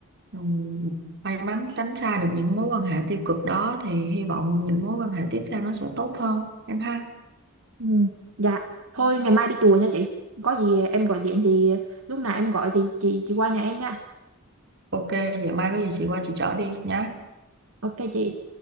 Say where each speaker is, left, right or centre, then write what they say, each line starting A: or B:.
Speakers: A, on the right (about 55°); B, on the right (about 80°).
A: ừm, may mắn tránh xa được những mối quan hệ tiêu cực đó thì hy vọng những mối quan hệ tiếp theo nó sẽ tốt hơn em ha
B: Ừ. Dạ, thôi ngày mai đi chùa nha chị. Có gì em gọi điện thì lúc nào em gọi thì chị chị qua nhà em nha.
A: ok vậy mai có gì chị qua chị chở đi nhé
B: Ok chị.